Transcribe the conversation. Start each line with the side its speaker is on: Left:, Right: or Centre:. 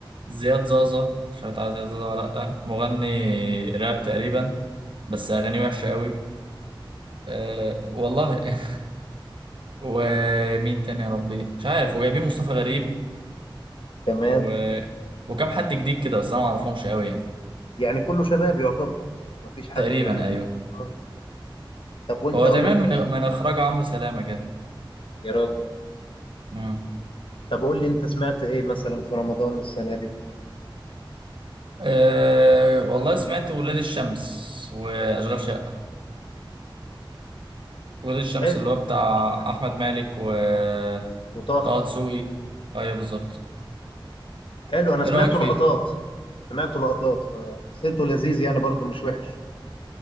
Right: زياد زازا مش عارف تعرف زياد زازا ولا لأ مغني راب تقريبا بس أغانيه وحشة قوي أه والله <laughs> ومين تاني يا ربي مش عارف وجايبين مصطفى غريب
Left: تمام
Right: و... وكم حد جديد كده بس انا ما اعرفهمش قوي يعني
Left: يعني كله شباب يعتبر مفيش حد
Right: تقريبا ايوه
Left: آه. طب وانت
Right: هو
Left: قول
Right: تقريبا
Left: لي
Right: من من اخراج عمرو سلامه كده
Left: يا راجل
Right: امم
Left: طب قول لي انت سمعت ايه مثلا في رمضان السنة دي
Right: أه... والله سمعت ولاد الشمس واشغال شقه ولاد الشمس
Left: حلو
Right: اللي هو بتاع احمد مالك وطه
Left: وطه
Right: دسوقي ايوه بالظبط
Left: حلو انا
Right: ايه
Left: سمعته
Right: رايك فيه
Left: لقطات سمعته لقطات فحسيته لذيذ يعني برضو مش وحش